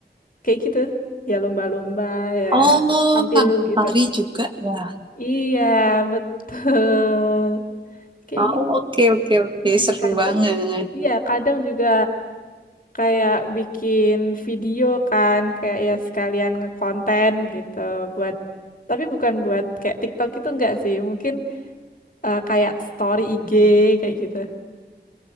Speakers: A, on the left (about 50°); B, on the right (about 25°).
A: kayak gitu. Ya lomba-lomba ya
B: Oh,
A: tampil
B: sama
A: gitu.
B: tari juga ya.
A: Iya, betul. Kayak
B: Oh,
A: gitu.
B: oke, oke, oke.
A: Mm,
B: Seru
A: Kadang
B: banget.
A: iya, kadang juga kayak bikin video kan kayak ya sekalian ngekonten gitu buat tapi bukan buat kayak TikTok itu enggak sih. Mungkin eh, kayak story IG kayak gitu.